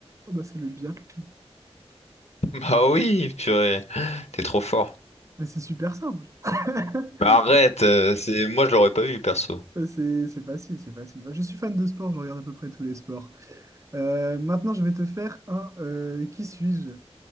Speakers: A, on the right; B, on the left.
A: Oh, bah, c'est le biathlon.
B: <laughs> Bah oui, purée, t'es trop fort.
A: Mais c'est super simple. <laughs>
B: Mais arrête, euh, c'est moi je l'aurais pas eu perso.
A: Bah, C'est c'est facile, c'est facile. Moi, je suis fan de sport, je regarde à peu près tous les sports. Euh, maintenant, je vais te faire un euh, qui suis-je?